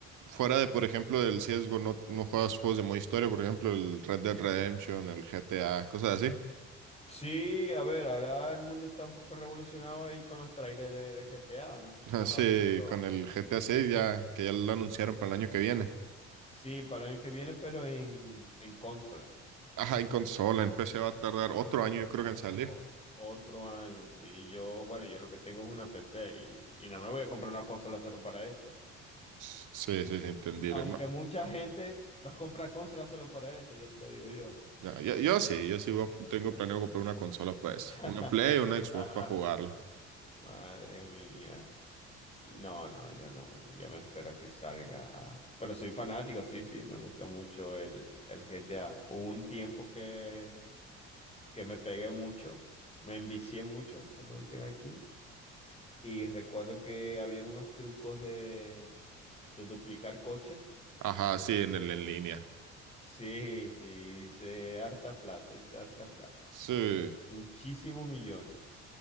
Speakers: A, on the right; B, on the left.
A: fuera de, por ejemplo, el CSGO, ¿no, no juegas juegos de modo historia? Por ejemplo, el Red Dead Redemption, el GTA, cosas así. <laughs>
B: Sí, a ver, ahora el mundo está un poco revolucionado ahí con los trailers del GTA, no sé si
A: Ah,
B: los
A: Sí,
B: has visto.
A: con el GTA
B: Sí,
A: seis ya, que ya lo anunciaron para el año que viene.
B: Sí, para el año que viene, pero en, en consola.
A: Ajá,
B: Consola.
A: en consola, en PC va a tardar otro año, yo creo que en salir.
B: O- otro año, sí. Y yo, bueno, yo lo que tengo es una PC y, y no me voy a comprar una consola solo para eso.
A: Sí, sí, sí, entendible,
B: Aunque
A: ¿no?
B: mucha gente va a comprar consolas solo para eso, ya te lo digo yo.
A: Ya, yo, yo sí, yo sí voy a- tengo planeado comprar una consola para eso.
B: <laughs>
A: Una Play o una Xbox para jugarla.
B: Madre mía. No, no, yo no. Yo me espero a que salga. Pero soy fanático, sí, sí. Me gusta mucho el, el GTA. Hubo un tiempo que, que me pegué mucho. Me envicié mucho, como dicen aquí. Y recuerdo que había unos trucos de de duplicar coches.
A: Ajá, sí, en el en línea.
B: Sí, sí, hice harta plata, hice harta plata,
A: Sí,
B: hice muchísimos millones.